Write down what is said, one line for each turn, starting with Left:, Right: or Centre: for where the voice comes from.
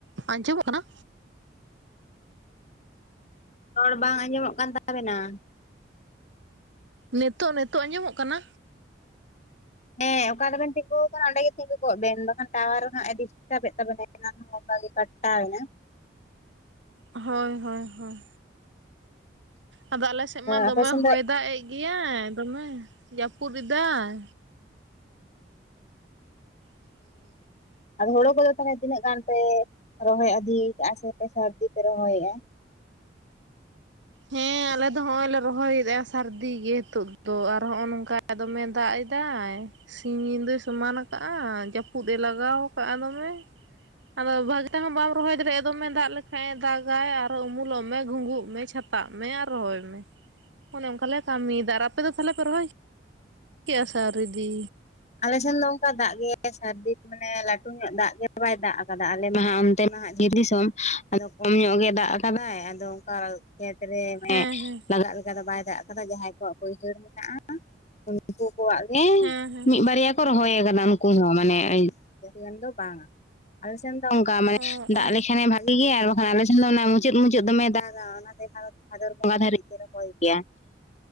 Right: ᱟᱸᱡᱚᱢᱚᱜ ᱠᱟᱱᱟ?
Left: ᱨᱚᱲ ᱵᱟᱝ ᱟᱸᱡᱚᱢᱚᱜ ᱠᱟᱱ ᱛᱟᱵᱮᱱᱟ᱾
Right: ᱱᱤᱛᱚᱜ ᱱᱤᱛᱚᱜ ᱟᱸᱡᱚᱢᱚᱜ ᱠᱟᱱᱟ?
Left: ᱦᱮᱸ ᱚᱠᱟ ᱫᱚᱵᱮᱱ ᱛᱤᱸᱜᱩᱣ ᱠᱟᱱᱟ ᱚᱸᱰᱮ ᱜᱮ ᱛᱤᱸᱜᱩ ᱠᱚᱜ ᱵᱮᱱ ᱵᱟᱠᱷᱟᱱ ᱴᱟᱣᱟᱨ ᱦᱟᱸᱜ-ᱮ ᱰᱤᱥᱴᱟᱵ ᱮᱫ ᱛᱟᱵᱮᱱᱟᱭ᱾ <unintelligible> ᱠᱟ ᱵᱟᱴᱟᱣᱮ
Right: ᱦᱳᱭ ᱦᱳᱭ ᱦᱳᱭ ᱟᱫᱚ ᱟᱞ ᱥᱮᱫ ᱢᱟ ᱫᱚᱢᱮ
Left: ᱟᱯᱮ ᱥᱮᱱ
Right: ᱦᱚᱭ
Left: ᱫᱚ
Right: ᱫᱟᱜ ᱜᱮᱭᱟᱭ ᱫᱚᱢᱮ ᱡᱟᱹᱯᱩᱫ ᱮᱫᱟᱭ <inaudible>
Left: ᱟᱫᱚ ᱦᱳᱲᱳ ᱠᱚᱫᱚ ᱛᱟᱦᱚᱞᱮ ᱛᱤᱱᱟᱹᱜ ᱜᱟᱱ ᱯᱮ ᱨᱚᱦᱚᱭ ᱟᱫᱷᱤᱭ ᱠᱟᱜᱼᱟ ᱥᱮ ᱯᱮ ᱥᱟᱨᱫᱤ ᱯᱮ ᱨᱚᱦᱚᱭᱮᱫᱼᱟ
Right: ᱦᱮᱸ ᱟᱞᱮ ᱫᱚ ᱦᱚᱜᱼᱚᱭ ᱞᱮ ᱨᱚᱦᱚᱭᱮᱫᱼᱟ ᱥᱟᱹᱨᱫᱤ ᱜᱮ ᱱᱤᱛᱚᱜ ᱫᱚ ᱟᱨ ᱦᱚᱸᱜᱼᱚᱭ ᱱᱚᱝᱠᱟ ᱫᱚᱢᱮ ᱫᱟᱜ ᱮᱫᱟᱭ ᱥᱤᱧ ᱧᱤᱫᱟᱹᱭ ᱥᱚᱢᱟᱱ ᱟᱠᱟᱜᱼᱟ ᱡᱟᱹᱯᱩᱫᱮ ᱞᱟᱜᱟᱣ ᱟᱠᱟᱫᱼᱟ ᱫᱚᱢᱮ ᱟᱫᱚ ᱵᱷᱟᱹᱜᱤ ᱛᱮ ᱦᱚᱸ ᱵᱟᱢ ᱨᱚᱦᱚᱭ ᱫᱟᱲᱮᱭᱟᱜᱼᱟ ᱮ ᱫᱚᱢᱮ ᱫᱟᱜ ᱞᱮᱠᱷᱟᱱᱡ ᱫᱟᱜᱟᱭ ᱟᱨᱚ ᱩᱢᱩᱞᱚᱜ ᱢᱮ ᱜᱩᱸᱜᱩᱜ ᱢᱮ ᱪᱷᱟ ᱥᱮᱛᱟᱜ ᱢᱮ ᱟᱨ ᱨᱚᱦᱚᱭ ᱢᱮ ᱚᱱᱮ ᱚᱱᱠᱟ ᱞᱮ ᱠᱟᱹᱢᱤᱭᱮᱫᱟ ᱟᱨ ᱟᱯᱮ ᱫᱚ ᱛᱟᱦᱚᱞᱮ ᱯᱮ ᱨᱚᱦᱚᱭᱟ ᱠᱮ ᱥ <unintelligible> ᱨᱮᱤᱫᱤ
Left: ᱟᱞᱮ ᱥᱮᱱ ᱫᱚ ᱚᱱᱠᱟ ᱫᱟᱜ ᱜᱮ ᱥᱟᱹᱨᱫᱤ ᱢᱟᱱᱮ ᱞᱟᱹᱴᱩ ᱧᱚᱜ ᱫᱟᱜ ᱜᱮ ᱵᱟᱭ ᱫᱟᱜ ᱠᱟᱫᱟ ᱟᱞᱮ ᱢᱟ ᱦᱟᱜ ᱚᱱᱛᱮ ᱢᱟ ᱦᱟᱸᱜ ᱫᱤᱥᱚᱢ ᱟᱫᱚ ᱠᱚᱢ ᱧᱚᱜ ᱜᱮ ᱫᱟᱜ ᱟᱠᱟᱫᱟᱭ ᱟᱫᱚ ᱚᱱᱠᱟ ᱠᱷᱮᱛ ᱨᱮ ᱢᱟᱱ
Right: ᱦᱮᱸ ᱦᱮᱸ
Left: ᱞᱟᱜᱟᱜ ᱞᱮᱠᱟ ᱫᱚ ᱵᱟᱭ ᱫᱟᱜ ᱟᱠᱟᱫᱟ ᱡᱟᱦᱟᱸᱭ ᱠᱚᱣᱟᱜ ᱵᱟᱹᱭᱦᱟᱹᱲ ᱢᱮᱱᱟᱜᱼᱟ᱾ ᱩᱱᱤᱠᱩ ᱠᱚᱣᱟᱜ ᱜᱮ
Right: ᱦᱮᱸ ᱦᱮᱸ
Left: ᱢᱤᱫ ᱵᱟᱨᱭᱟ ᱠᱚ ᱨᱚᱦᱚᱭ ᱟᱠᱟᱫᱟ ᱩᱱᱠᱩ ᱦᱚᱸ ᱢᱟᱱᱮ ᱡᱟᱹ ᱜᱟᱱ ᱫᱚ ᱵᱟᱝᱟ ᱟᱞᱮᱥᱮᱱ ᱫᱚ ᱚᱱᱠᱟ ᱢᱟᱱᱮ
Right: ᱚ
Left: ᱫᱟᱜ
Right: ᱚ
Left: ᱞᱮᱠᱷᱟᱱᱮ ᱵᱷᱟᱜᱤ ᱜᱮ ᱟᱨ ᱵᱟᱝᱠᱷᱟᱱ ᱟᱞᱮ ᱥᱮᱱ ᱫᱚ ᱢᱩᱪᱟᱹᱫ ᱢᱩᱪᱟᱹᱫ ᱫᱚᱢᱮ ᱫᱟᱜᱟ ᱚᱱᱟᱛᱮ ᱵᱷᱟᱫᱚᱨ ᱵᱚᱸᱜᱟ ᱫᱷᱵᱤᱡ ᱛᱮ ᱨᱚᱦᱚᱭ ᱜᱮᱭᱟ